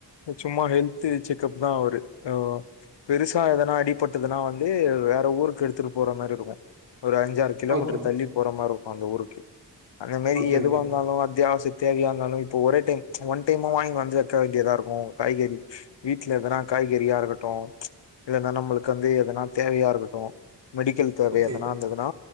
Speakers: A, on the left; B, on the right.
A: சும்மா ஹெல்த்து செக்கப் தா அவரு ஆ பெருசா எதனா அடிபட்டதுனா வந்து வேற ஊருக்கு எடுத்துட்டு போற மாரி இருக்கு ஒரு அஞ்சாறு கிலோமீட்ரு
B: ஓகே
A: தள்ளி போற மார்ருக்கு அந்த ஊருக்கு அந்த மாரி
B: ஓகே
A: எதுவா
B: ஓகே
A: இர்ந்தாலு அத்தியாவசிய தேவையா இர்ந்தாலு இப்ப ஒரே டைம் ஒன் டைமா வாய்ங் வந்து வெக்க வேண்டியதா இருக்கு காய்கறி வீட்ல எதனா காய்கறியா இருக்கட்டு இல்லன்னா நம்மளுக் வந்து எதனா தேவையா இருக்கட்டு மெடிக்கல் தேவை
B: ஓகே
A: எதனா இர்ந்துதுனா